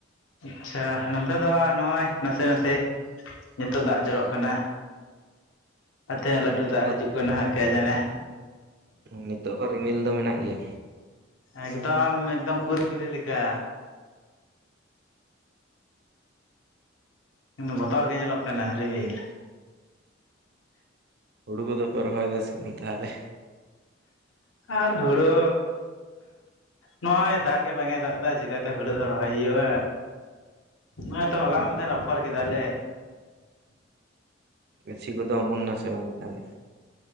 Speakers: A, on the left; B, on the right.
A: ᱟᱪᱪᱷᱟ ᱱᱚᱛᱮ ᱫᱚ ᱱᱚᱜᱼᱚᱭ ᱱᱟᱥᱮ ᱱᱟᱥᱮ ᱱᱤᱛᱳᱜ ᱫᱟᱜ ᱡᱚᱨᱚᱜ ᱠᱟᱱᱟ ᱟᱛᱮ ᱞᱟᱹᱴᱩ
B: ᱱᱤᱛᱚᱜ
A: ᱫᱟᱜ
B: ᱦᱚᱸ
A: ᱦᱤᱡᱩᱜ ᱠᱟᱱᱟ ᱱᱟᱦᱟᱜ ᱠᱮ ᱡᱟᱱᱮ
B: ᱱᱤᱛᱚᱜ ᱦᱚ ᱨᱤᱢᱤᱞ ᱫᱚ ᱢᱮᱱᱟᱜ ᱜᱮᱭᱟ
A: ᱮᱠᱫᱚᱢ ᱮᱠᱫᱚᱢ ᱠᱩᱫᱽ ᱵᱤᱞᱤ ᱞᱮᱠᱟ ᱵᱚᱛᱚᱨ ᱜᱮ ᱧᱮᱞᱚᱜ ᱠᱟᱱᱟ ᱨᱤᱵᱤᱞ
B: ᱦᱩᱲᱩ ᱠᱚᱫᱚ ᱯᱮ ᱨᱚᱦᱚᱭ ᱫᱟ ᱥᱮᱵᱟᱝ ᱛᱟᱦᱚᱞᱮ
A: ᱟᱨ ᱦᱩᱲᱩ ᱱᱚᱜᱼᱚᱭ ᱫᱟᱜ ᱜᱮ ᱵᱟᱝ ᱮ ᱫᱟᱜ ᱮᱫᱟ ᱪᱮᱠᱟᱛᱮ ᱦᱩᱲᱩ ᱫᱚ ᱨᱚᱦᱚᱭ ᱦᱩᱭᱩᱜᱼᱟ? ᱱᱚᱜᱼᱚᱭ ᱛᱚ ᱦᱚᱞᱟ ᱢᱟᱸᱫᱷᱮᱨ ᱟᱯᱷᱚᱨ ᱠᱮᱫᱟ ᱞᱮ
B: ᱜᱟᱪᱷᱤ ᱠᱚᱫᱚ ᱚᱢᱚᱱᱱᱟ ᱥᱮ ᱵᱟᱝ ᱛᱟᱦᱚᱞᱮ